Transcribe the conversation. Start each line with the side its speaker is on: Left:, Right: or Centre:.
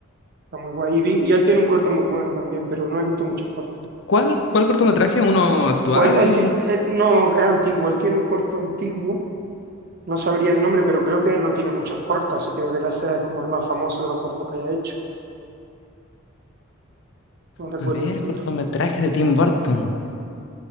Right: Está muy guay. Y, vi- y él tiene un corto muy bueno también, pero no he visto muchos cortos.
Left: ¿Cuál? ¿Cuál cortometraje? ¿Uno actual?
Right: Pues él, él ti- él- no, es antiguo, él tiene un corto antiguo, no sabría el nombre, pero creo que no tiene muchos cortos, así que deberá ser como el más famoso de los cortos que haya hecho. No recuerdo
Left: A ver,
Right: el título.
Left: cortometraje de Tim Burton.